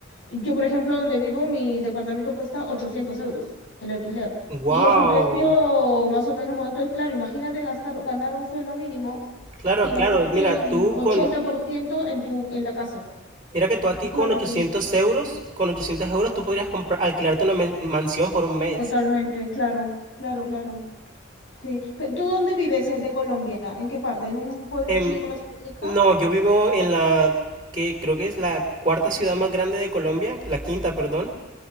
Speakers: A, on the left; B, on the right.
A: Yo, por ejemplo, donde vivo, mi departamento cuesta 800 euros el alquiler.
B: wow.
A: Y es un precio más o menos, entonces, claro, imagínate gastar, ganar un sueldo mínimo
B: Claro,
A: y gastarte
B: claro, mira,
A: el
B: tú
A: 80%
B: con
A: en tu, en la casa.
B: Mira que tú aquí
A: Es
B: con
A: una locura.
B: 800 euros, con 800 euros tú podrías comprar, alquilarte una men- mansión por un mes.
A: Totalmente, claro, claro, claro. Sí. Pe- ¿Tú dónde vives eh, de Colombia? ¿En qué parte? ¿En un pueblo
B: Em,
A: chico, una ciudad chica?
B: no, yo vivo en la que creo que es la cuarta ciudad más grande de Colombia, la quinta, perdón.